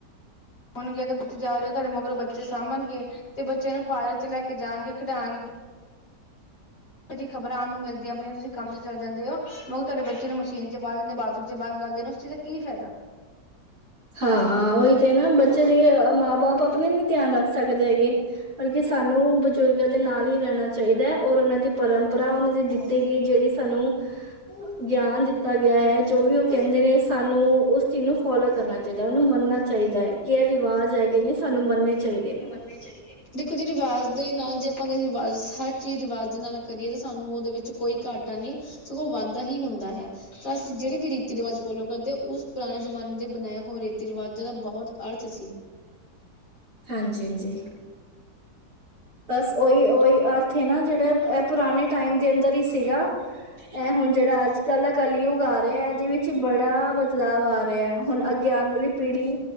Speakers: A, on the left; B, on the right.
A: ਹੁਣ, ਕਿਧਰ ਤੁਸੀ ਜਾ ਰਹੇ ਹੋ, ਤੁਹਾਡੇ ਮਗਰੋਂ ਬੱਚੇ ਸਾਂਭਣਗੇ, ਤੇ ਬੱਚੇ ਨੂੰ ਪਾਰਕ'ਚ ਲੈਕੇ ਜਾਣਗੇ, ਖਿਡਾਣਗੇ ਜੀ ਖ਼ਬਰਾਂ ਆਣ ਨੂੰ ਮਿਲਦੀਆਂ ਪਈਆ, ਤੁਸੀਂ ਕੰਮ ਤੇ ਚਲ ਜਾਂਦੇ ਹੋ, ਤੁਹਾਡੇ ਬੱਚੇ ਨੂੰ ਮਸ਼ੀਨ'ਚ ਪਾ ਦਿੰਦੇ ਬਾਥਰੂਮ ਬੰਦ ਕਰਦੇ ਨੇ, ਉਸ ਚੀਜ਼ ਦਾ ਕੀ ਫਾਇਦਾ।
B: ਹਾਂ, ਉਹੀ ਤੇ ਨਾ ਬੱਚੇ ਦੇ ਮਾਂ-ਬਾਪ ਆਪਣੇ ਨੀ ਧਿਆਨ ਰੱਖ ਸਕਦੇ ਹੈਗੇ। ਬਲਕਿ ਸਾਨੂੰ, ਬਜ਼ੁਰਗਾਂ ਦੇ ਨਾਲ ਹੀ ਰਹਿਣਾ ਚਾਹੀਦਾ। ਔਰ ਉਹਨਾਂ ਦੀ ਪਰੰਪਰਾ, ਉਹਨਾਂ ਦੀ ਦਿੱਤੀ ਗਈ ਜਿਹੜੀ ਸਾਨੂੰ ਗਿਆਨ ਦਿੱ ਦਿੱਤਾ ਗਿਆ ਹੈ, ਜੋ ਵੀ ਉਹ ਕਹਿੰਦੇ ਨੇ ਸਾਨੂੰ ਉਸ ਚੀਜ਼ ਨੂੰ ਫੌਲੋ ਕਰਨਾ ਚਾਹੀਦਾ, ਉਹਨੂੰ ਮੰਨਣਾ ਚਾਹੀਦਾ ਹੈ, ਕੀ ਐ ਰਿਵਾਜ਼ ਹੈਗੇ ਨੇ, ਸਾਨੂੰ ਮੰਨਣੇ ਚਾਹੀਦੇ ਨੇ।
A: ਕਰਨੇ ਚਾਹੀਦੇ। ਦੇਖੋ ਜੀ ਰਿਵਾਜ਼ ਦੇ ਨਾਲ, ਜੇ ਆਪਾਂ ਰਿਵਾਜ਼, ਹਰ ਚੀਜ਼ ਰਿਵਾਜ਼ ਨਾਲ ਕਰੀਏ, ਤਾਂ ਸਾਨੂੰ ਉਹਦੇ ਵਿੱਚ ਕੋਈ ਘਾਟਾ ਨਹੀਂ, ਸਗੋਂ ਵਾਧਾ ਹੀ ਹੁੰਦਾ ਹੈ। ਅਸੀ ਜਿਹੜੇ ਵੀ ਰੀਤੀ-ਰਿਵਾਜ ਫੋਲੋ ਕਰਦੇ, ਉਸ ਪੁਰਾਣੇ ਜਮਾਨੇ ਦੇ ਬਣਾਏ ਹੋਏ ਰੀਤੀ-ਰਵਾਜ਼ਾਂ ਦਾ ਬਹੁਤ ਅਰਥ ਸੀ।
B: ਹਾਂਜੀ-ਹਾਂਜੀ। ਬਸ, ਓਹੀ-ਓਹੀ ਅਰਥ ਏ ਨਾ ਜਿਹੜਾ ਇਹ ਪੁਰਾਣੇ ਟਾਈਮ ਦੇ ਅੰਦਰ ਹੀ ਸੀਗਾ। ਐ ਹੁਣ ਜਿਹੜਾ ਅੱਜ-ਕੱਲ ਦਾ ਕਲਯੁਗ ਆ ਰਿਹਾ, ਇਹਦੇ ਵਿੱਚ ਬੜਾ ਬਦਲਾਵ ਆ ਰਿਹਾ, ਹੁਣ ਅਗੇ ਆਣ ਵਾਲੀ ਪੀੜੀ